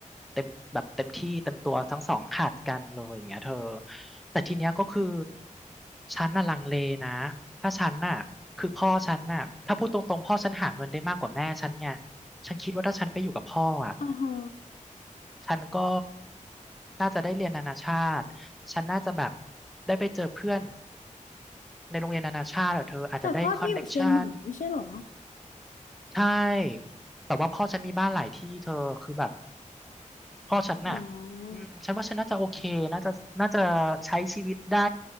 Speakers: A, in the centre; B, on the left.
A: เต็มแบบเต็มที่เต็มตัวทั้งสองขาดกันเลยอย่างเงี้ยเธอแต่ทีเนี้ยก็คือฉันน่ะลังเลนะถ้าฉันน่ะคือพ่อฉันน่ะถ้าพูดตรงๆพ่อฉันหาเงินได้มากกว่าแม่ฉันไงฉันคิดว่าถ้าฉันไปอยู่กับพ่ออ่ะ
B: อ่าฮะ
A: ฉันก็น่าจะได้เรียนนานาชาติฉันน่าจะแบบได้ไปเจอเพื่อนในโรงเรียนนานาชาติอะเธออาจจะได้คอนเน็กชัน
B: แต่พ่อที่อยู่เชียงใหม่ไม่ใช่เหรอ
A: ใช่แต่ว่าพ่อฉันมีบ้านหลายที่เธอคือแบบพ่อฉันน่ะ
B: อ๋อ
A: อืมฉันว่าฉันน่าจะโอเคน่าจะน่าจะใช้ชีวิตได้